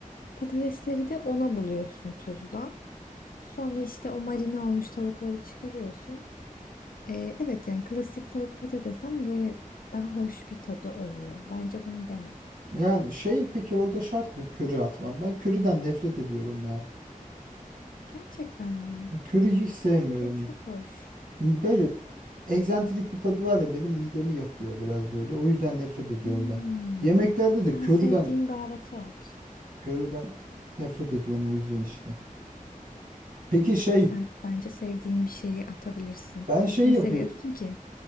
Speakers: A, on the left (about 85°); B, on the right (about 75°).
A: Patatesleri de ona buluyorsun tuzla. Sonra işte o marine olmuş tavukları çıkarıyorsun. Ee, evet yani klasik tavuk patates ama böyle daha hoş bir tadı oluyor. Bence bunu dene.
B: Yani şey peki orada şart mı köri atmam? Ben köriden nefret ediyorum ya.
A: Gerçekten mi?
B: Köriyi hiç sevmiyorum
A: Köri çok
B: ben.
A: hoş.
B: Böyle egzantrik bir tadı var ya benim midemi yakıyor biraz böyle. O yüzden nefret ediyorum
A: Hmm.
B: ben. Yemeklerde
A: Sen
B: de köriden
A: sevdiğin baharatı at.
B: köriden nefret ediyorum o yüzden işte. Peki
A: Okey,
B: şey
A: sen bence sevdiğin bir şeyi atabilirsin.
B: ben şey
A: Ne
B: yapıyor
A: seviyorsun ki?